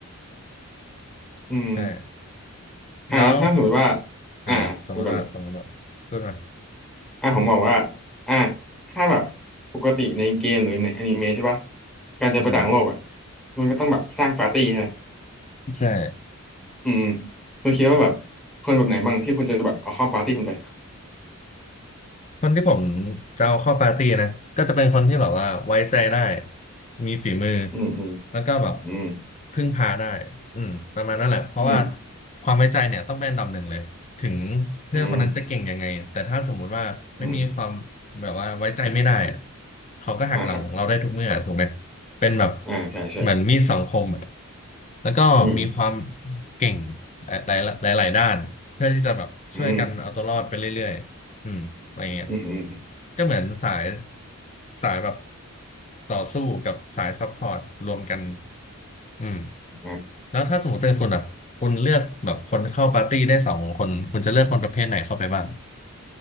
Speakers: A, in the centre; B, on the left (about 30°).
A: อืม
B: ใช่
A: อ่าแล้วถ้าสมมติว่า
B: แล้ว
A: อ่าคุกันเลย
B: อ่าสมมติว่าสมมติว่าพูดมา
A: อ่ะผมบอกว่าอ่ะถ้าแบบปกติในเกมหรือในอนิเมะใช่ปะการจะไปต่างโลกอ่ะ
B: อืม
A: มันก็ต้องแบบสร้างปาร์ตี้ใช่ไหม
B: ใช่
A: อืมๆคุณคิดว่าแบบคนแบบไหนบ้างที่คุณจะแบบเอาเข้าปาร์ตี้คุณไป
B: คนที่ผมจะเอาเข้าปาร์ตี้นะก็จะเป็นคนที่แบบว่าไว้ใจได้มีฝีมือ
A: อืมอืม
B: แล้วก็แบบ
A: อืม
B: พึ่งพาได้อืมประมาณนั้นแหละเพราะว่า
A: อืม
B: ความไว้ใจเนี่ยต้องเป็นอันดับหนึ่งเลยถึงเพื่อนคนนั้นจะเก่งยังไงแต่ถ้าสมมุติว่าไม่มีความ
A: อืมอืม
B: แบบว่าไว้ใจไม่ได้อะเขาก็หักหลังเราได้ทุกเมื่อถูกไหม
A: อ่าครับ
B: เป็นแบบ
A: อ่าใช่ใช่
B: เหมือนมีดสองคมอะแล้วก็มีความ
A: อืม
B: เก่งหลายหลายหลายๆด้านเพื่อที่จะแบบช่วยกันเอาตัวรอดไปเรื่อยๆอืม
A: อืม
B: อะไรเงี้ย
A: อืมอืม
B: ก็เหมือนสายสายแบบต่อสู้กับสายซัพพอร์ตรวมกันอืม
A: อ่า
B: แล้วถ้าสมมติเป็นคุณอ่ะคุณเลือกแบบคนเข้าปาร์ตี้ได้สองคน คุณจะเลือกคนประเภทไหนเข้าไปบ้าง